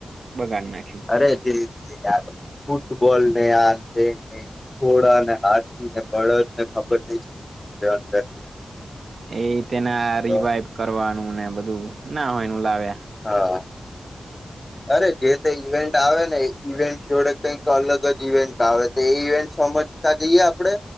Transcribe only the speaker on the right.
બગાડ નાખ્યું
એ તેના રિવાઈવ
કરવાનું ને બધું ના હોયનું લાવે